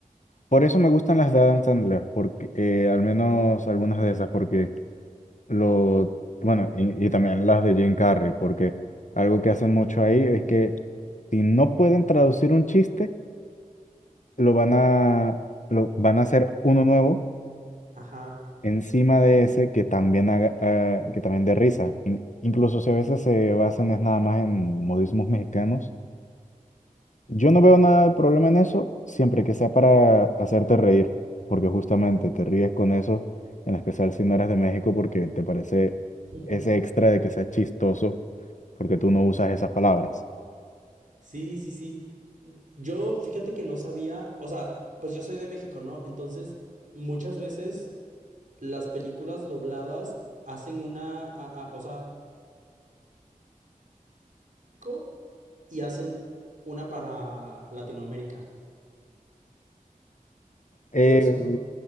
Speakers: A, on the left; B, on the right.
A: Por eso me gustan las de Adam Sandler, porque, eh, al menos algunas de esas, porque lo, bueno, y, y también las de Jim Carrey, porque algo que hacen mucho ahí es que si no pueden traducir un chiste, lo van a, lo, van a hacer uno nuevo
B: Ajá.
A: encima de ese que también, haga, ah, que también dé risa. In- incluso si a veces se basan es nada más en modismos mexicanos. Yo no veo nada de problema en eso, siempre que sea para hacerte reír, porque justamente te ríes con eso, en especial si no eres de México, porque te parece
B: <laughs>
A: ese extra de que sea chistoso, porque tú no usas esas palabras.
B: Sí, sí, sí. Yo, fíjate que no sabía, o sea, pues yo soy de México, ¿no? Entonces, muchas veces las películas dobladas hacen una, a- a- o sea, México, y hacen una para Latinoamérica. Yo
A: Eh,
B: eso no.